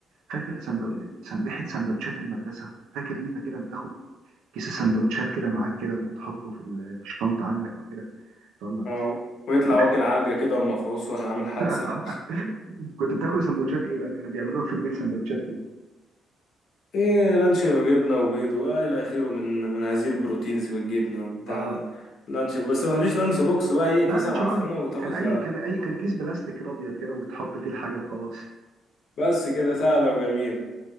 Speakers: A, on the right; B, on the left.
A: فاكر سندو... سن... ريحه سندوتشات المدرسه فاكر انت كده بتاخد كيس السندوتشات كده معاك كده وتحطه في ال... في الشنطه عندك وكده تطلع
B: اه ويطلع
A: كنت بتح...
B: واكل علجة كده ومفعوص وعامل حادثة
A: <laughs> كنت بتاكل سندوتشات ايه بقى كانوا بيعملوا لك في البيت سندوتشات ايه
B: ايه لانش وجبنة وبيض وإلى آخره من من هذه البروتينز والجبنة والبتاع
A: اه
B: ده لانش بس ما فيش لانش بوكس بقى هي
A: لا
B: كيسة
A: لانش
B: معفنة
A: بقى
B: وتاخد
A: كان اي
B: فيها
A: كان اي كان كيس بلاستيك كده ابيض كده وتحط فيه الحاجه وخلاص
B: بس كده سهلة وجميلة